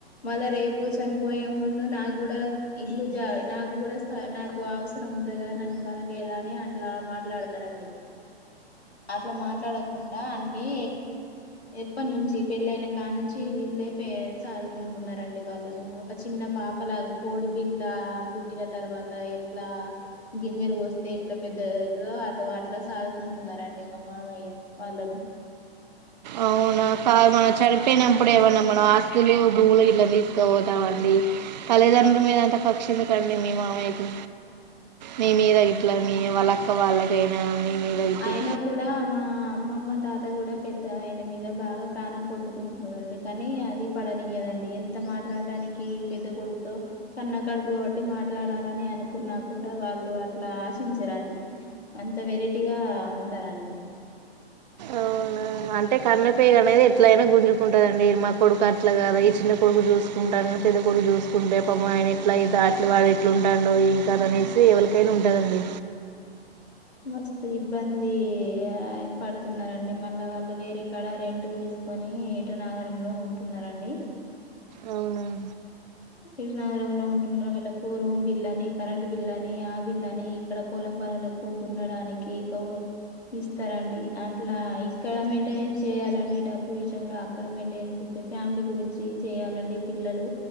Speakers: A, on the left; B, on the right.
A: మళ్ళ రేపు చనిపోయే ముందు నాకు కూడా ఇలు నాకు కూడా నాకు అవసరం ఉంటది కదా నన్ను కా కానీ అట్లా మాట్లాడతారండి అట్లా మాట్లాడకుండా అన్ని ఎప్పటి నుంచి పెళ్ళయిన కా నుంచి వీళ్ళే చదుకుంటున్నారండి వాళ్ళను ఒక చిన్న పాపలాగా కోడి పల్ల పుట్టిన తర్వాత ఎట్లా గింజరు వస్త తే ఎట్లా పెద్ద ఎతు అటో అట్లా సాదుకుంటున్నారండి మా మామయ్య వాళ్ళను
B: అవునా క మా చ ప్పే నం పడ ఎవ మమ ఆస్లు బూలుు ఇల్ తీసు ండి తల్లిదండ్రుల మీద అంత కక్షింది కండి మీ మామయ్యకి మీ మీద ఇట్లా మీ వాళ్ళక్క వాళ్ళకైనా మీద ఇట్లా
A: అయన కూడా మా అమ్మమ్మ దాదా కూడా పెద్ద ఆయన మీద బాగా ప్రాణం కొట్టుకుంటుందండి కానీ అది పడనీయదండి ఎంత మాట్లాడడానికి పెద్ద కొడుకుతో కన్న కడుపు కాబట్టి మాట్లాడాలని అనుకున్నా కూడా <unintelligible> వాళ్ల్ అట్లా ఆశించరండి అంత వెరై గట్టిగా ఉంటారండి
B: అవునా అంటే కన్నపేగ అనేది ఎట్ల అయినా గుంజుకుంటుదండి, మా కొడుకు అట్లా కదా ఈ చిన్న కొడుకు చూసుకుంటాను, పెద్ద కొడుకు చూసుకుంటే పాపం ఆయన ఎట్లా అ వాడు ఎట్లు ఉంటాండో ఏంకాద అనేసి ఎవరికై ఉ దండి
A: మస్ ఇబ్బంది ఆయ న్నారురండి మళ్ళ వాళ్ళు వేరే ఇక్కడ రెంటూ తీసుకొని ఏటో నాగరంలో ఉంటున్నండి
B: అవును
A: విరునగరంలో ఉంటున్నారు వాళ్ళ రూమ్ బిల్ అని కరెంట్ బిల్ అని ఆ బిల్ అని ఇక్కడ పొలం పనులకు దున్నడానికి గౌ ఇస్తారంండి అట్లా ఇక్కడ మెయింటెనెన్స్ చేయాలండి డబ్బు విషయంలో అక్కడ మెయింటైనెన్స్స్త ఫ్యామిలీ గురించి చెయాలండి పిల్లలు